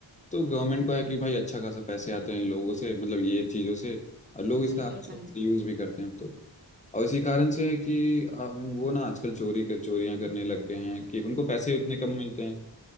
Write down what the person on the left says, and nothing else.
तो गवर्नमेंट को है कि भाई अच्छा खासा पैसे आते हैं लोगों से मतलब ये चीज़ों से और लोग इसका
अच्छा
यूज भी करते हैं तो और इसी कारण से है कि आ, उन- वो ना आजकल चोरी कर चोरियां करने लग गए हैं कि उनको पैसे उतने कम मिलते हैं